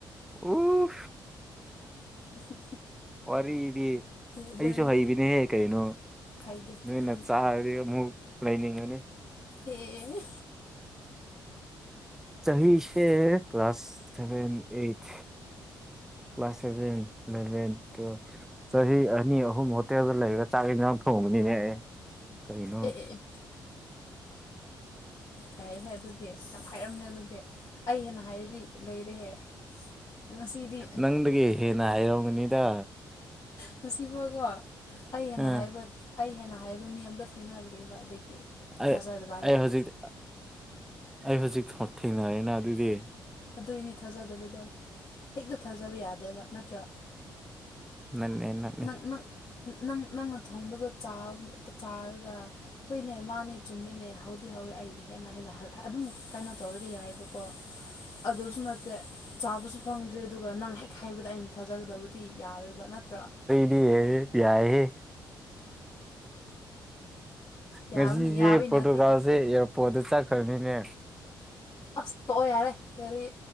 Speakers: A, in the centre; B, on the left.
A: ꯑꯣ
B: ꯎ
A: ꯋꯥꯔꯤꯗꯤ
B: ꯑꯗꯨꯅꯤ
A: ꯑꯩꯁꯨ ꯍꯩꯕꯤꯅꯤꯍꯦ ꯀꯩꯅꯣ
B: ꯍꯩꯗꯦ
A: ꯅꯣꯏꯅ
B: ꯈꯪ
A: ꯆꯥꯔꯗꯤ ꯑꯃꯨꯛ ꯂꯩꯅꯤꯡꯉꯅꯤ
B: ꯑꯦꯑꯦꯑꯦ
A: ꯆꯍꯤꯍꯤꯁꯦ class seven eight class seven eleven twelve ꯆꯍꯤ ꯑꯅꯤ ꯑꯍꯨꯝ ꯍꯣꯇꯦꯜꯗ ꯂꯩꯔꯒ ꯆꯥꯛ ꯍꯦꯟꯖꯥꯡ ꯊꯣꯡꯕꯅꯤ ꯀꯔꯤꯅꯣ
B: ꯑꯦ ꯑꯦ ꯑꯦ ꯑꯦ
A: ꯑꯟꯑꯣꯗꯤꯕꯜ
B: ꯌꯥꯏꯍꯦ ꯑꯗꯨꯗꯤ ꯌꯥꯝ ꯍꯥꯏꯔꯝꯃꯦ ꯑꯗꯨꯗꯤ ꯑꯩ ꯍꯦꯟꯅ ꯍꯥꯏꯔꯗꯤ ꯂꯣꯏꯔꯦꯍꯦ ꯉꯁꯤꯗꯤ
A: ꯅꯪꯗꯒꯤ ꯍꯦꯟꯅ ꯍꯥꯏꯔꯝꯒꯅꯤꯗ
B: ꯉꯁꯤꯐꯥꯎꯀꯣ ꯑꯩ ꯍꯦꯟꯅ
A: ꯑꯥ
B: ꯍꯥꯏꯕ ꯑꯩ ꯍꯦꯟꯅ ꯍꯥꯏꯕ ꯃꯤ ꯑꯝꯇ ꯊꯦꯡꯅꯗ꯭ꯔꯦꯕ ꯑꯗꯨꯒꯤ
A: ꯑꯩ
B: ꯊꯥꯖꯗꯕ ꯍꯥꯏꯇꯥꯔꯦ
A: ꯑꯩ ꯍꯧꯖꯤꯛ ꯑ ꯑꯩ ꯍꯧꯖꯤꯛ ꯊꯣꯡ ꯊꯦꯡꯅꯔꯦꯅ ꯑꯗꯨꯗꯤ
B: ꯑꯗꯨꯏꯅꯤ ꯊꯥꯖꯗꯕꯗꯣ ꯍꯦꯛꯇ ꯊꯥꯖꯕ ꯌꯥꯗꯦꯕ ꯅꯠꯇ꯭ꯔꯣ
A: ꯅꯟꯅꯦ ꯅꯠꯅꯦ
B: ꯅꯪ ꯅꯪ ꯅꯪ ꯅꯪꯅ ꯊꯣꯡꯕꯗꯣ ꯆꯥꯔ ꯆꯥꯔꯒ ꯍꯨꯏꯅꯦ ꯃꯥꯅꯦ ꯆꯨꯝꯃꯤꯅꯦ ꯍꯧꯗꯤ ꯍꯧ ꯑꯩꯒꯤ ꯍꯦꯟꯅ ꯍꯦꯟꯅ ꯑꯗꯨꯝ ꯀꯩꯅꯣ ꯇꯧꯔꯗꯤ ꯌꯥꯏꯑꯕꯀꯣ ꯑꯗꯨꯁꯨ ꯅꯠꯇꯦ ꯆꯥꯕꯁꯨ ꯐꯪꯗ꯭ꯔꯦ ꯑꯗꯨꯒ ꯅꯪ ꯍꯦꯛ ꯍꯥꯏꯕꯗ ꯑꯩꯅ ꯊꯥꯖꯒꯗꯕꯗꯤ ꯌꯥꯔꯣꯏꯕ ꯅꯠꯇ꯭ꯔ
A: ꯌꯤꯍꯦ ꯌꯥꯏꯍꯦ ꯉꯁꯤꯁꯦ
B: ꯌꯥꯕꯅꯤ ꯌꯥꯕꯩ
A: ꯄꯣꯔꯇꯨꯒꯥꯜꯁꯦ
B: ꯅꯠꯇ꯭ꯔꯣ
A: ꯑꯦꯌꯥꯔꯄꯣꯔꯠꯇ ꯆꯠꯈ꯭ꯔꯅꯤꯅꯦ
B: ꯑꯁꯇ ꯇꯣꯛꯑꯣ ꯌꯥꯔꯦ ꯀꯔꯤ